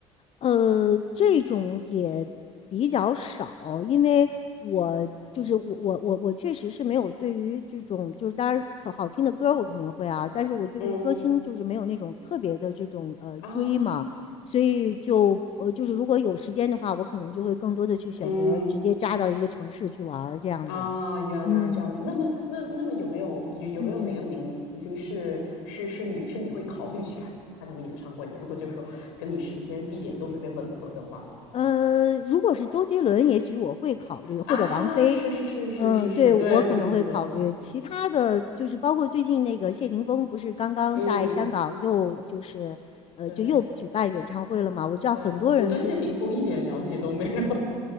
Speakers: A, on the left; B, on the left.
A: 呃，这种也比较少，因为我就是我我我我确实是没有对于这种就是当然好好听的歌我肯定会啊，但是我对于歌星就是没有那种特别的这种呃追嘛，
B: 嗯啊，
A: 所以就呃就是如果有时间的话，我可能就会更多的去选择直接扎到一个城市去玩儿这样子。
B: 嗯啊，原来这样子。
A: 嗯
B: 那么，那那么有没有有有没有哪个明星是是是你是你会考虑去看看他们演唱会的？
A: 嗯嗯。
B: 如果就是说跟你时间地点都特别吻合的话，
A: 呃，如果是周杰伦，也许我会考虑，或者王菲，
B: 啊，是是是是是是，
A: 嗯、对，
B: 对对对对对，
A: 我可能会考虑。其他的就是包括最近那个谢霆锋，不是刚刚在香港又就是呃，
B: 嗯，对
A: 就又举办演唱会了嘛？我知道很多人就是
B: 对，我对谢霆锋一点了解都没有，